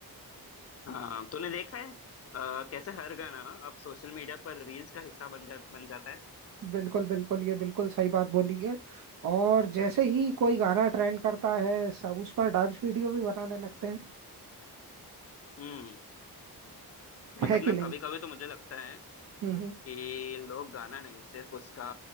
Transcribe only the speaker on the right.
बिल्कुल बिल्कुल ये बिल्कुल सही बात बोली है और जैसे ही कोई गाना ट्रेंड करता है सब उस पर डांस वीडियो भी बनाने लगते हैं
है कि
नहीं
हम्म